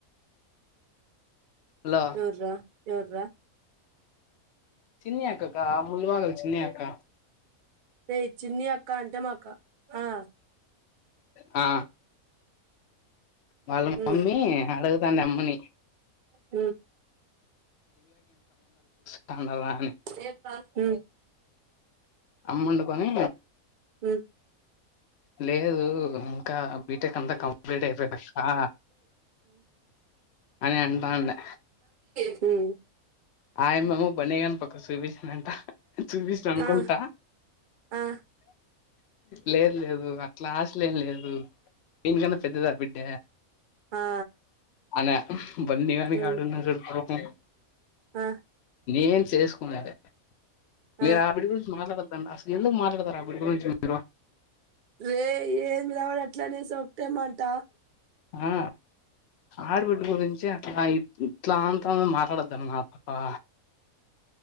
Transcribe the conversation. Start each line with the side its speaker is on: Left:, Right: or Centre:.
Left: లో
Right: ఎవర్రా ఎవర్రా
Left: చిన్ని అక్క కా అమూల్ వాళ్ళ చిన్ని అక్క
Right: రే చిన్ని అక్క అంటే మాక్ ఆ
Left: ఆ వాళ్ళ
Right: హ్మ్
Left: మమ్మీ అడుగుతాంది అమ్మని
Right: హ్మ్
Left: బాన్నారా
Right: హ్మ్
Left: అమ్మ ఉండుకొని
Right: హ్మ్
Left: లేదు ఇంకా బీటెక్ అంతా కంప్లీట్ అయిపోయినాక అని అంటండే
Right: హ్మ్
Left: ఆయమ్మ ఏమో బన్ని గాని పక్క సూపి స్ అని అంట చూపించ్ అనుకుంటా
Right: ఆ ఆ
Left: లేదు లేదు అట్లా ఆశలేం లేదు వినికన్నా పెద్దది ఆ బిడ్డ
Right: ఆ
Left: అనే బన్ని గాని కాడ
Right: ఉమ్
Left: ఉన్నారు తవనే
Right: ఆ
Left: నేనే చేసుకునే అదే మీరు
Right: ఆ
Left: ఆవిడ గురించి మాట్లాడద్దు తండ్ అసలు ఎందుకు మాట్లాడుతారు ఆవిడ గురించి మీరు
Right: రే ఏందిరా ఆవిడ అట్లనే సోక్తే మంట
Left: ఆ ఆడబిడ్డ గురించి అట్లా ఇట్లా అంతా మాట్లాడొద్దన్న మాట ఆ